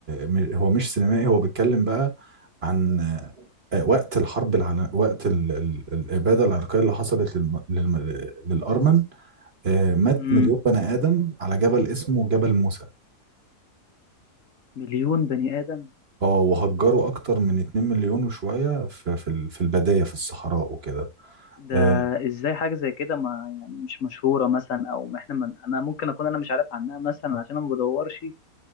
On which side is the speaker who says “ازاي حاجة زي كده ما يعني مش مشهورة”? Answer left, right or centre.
Left